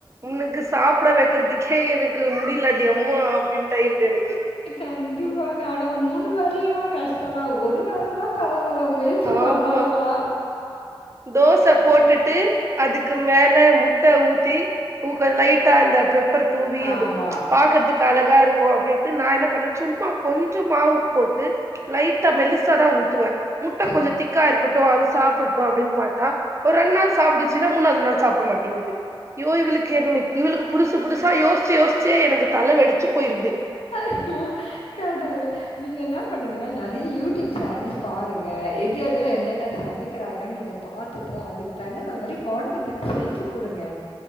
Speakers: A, on the right; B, on the left.
A: உனக்கு சாப்பிட வைக்கிறதுகே எனக் முடியலடி அம்மா அப்டினு ஆயிடுது எனக்கு
B: கண்டிப்பாங்க ஆனா மூணு வேலையன்னா கஷ்ட தா ஒரு வேலைனா பரவால முயற்சி
A: ஆமா
B: பண்ணலால்லா
A: தோச
B: ஐயோ
A: போட்டுட்டு அதுக்கு மேல முட்ட ஊத்தி ஊக்க லைட்டா அந்த பெப்பர் தூவி இந்த
B: ஆமாம்
A: பாக்கறதுக்கு அழகா இருக்கு அப்டின் டு நா என்ன பண்ண சும்மா கொஞ்ச மாவு போட்டு லைட்டா மெல்லிசாதா ஊத்துவ முட்ட
B: சரி.
A: கொஞ்ச திக் க்கா இருக்கட்டு அது சாப்பிடட்டு அப்டினு பாத்தா ஒரு ரெண்டு நாள் சாப்டுச்சுன்னா மூணாவது நாள் சாப்ட மாட்டேங்குது யோ இவளுக்கு என் இவளுக்கு புதுசு புதுசா யோசிச்சு யோசிச்சே எனக்கு தல வெடிச்சு போயிருது
B: ஐயோ கடவுளே நீங்க என்ன பண்ணீங்கன்னா நெறைய யூடிப் சேனல்ஸ் பாருங்க எப் ப அதுல என்னென்னன சமைக்கிறாங்க கன் நீங்க பாத்துட்டு அதுக்கு தகுந்தா மாரி கொழந்தைங்களுக்கு செஞ்சு கொடுங்க